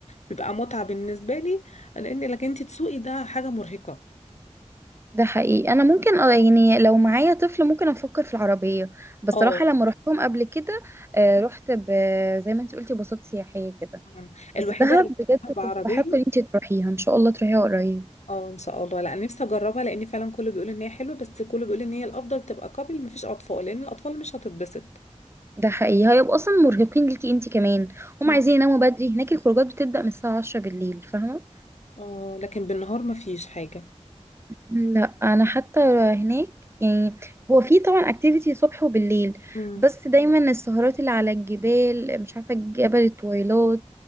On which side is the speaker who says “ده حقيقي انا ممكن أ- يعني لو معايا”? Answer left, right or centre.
Right